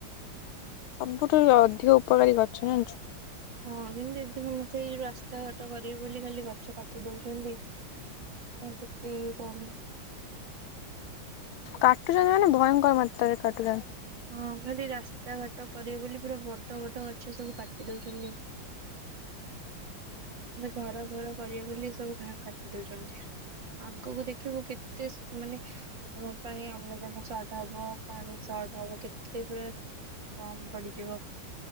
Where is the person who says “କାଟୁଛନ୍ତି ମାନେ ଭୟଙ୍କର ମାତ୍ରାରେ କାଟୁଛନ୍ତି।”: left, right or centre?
Left